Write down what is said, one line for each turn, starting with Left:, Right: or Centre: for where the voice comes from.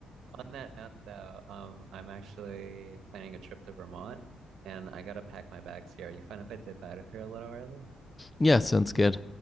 Right: On that note, though, um, I'm actually planning a trip to Vermont and I gotta pack my bags here. Are you fine if I dip out of here a little early?
Left: Yeah, sounds good.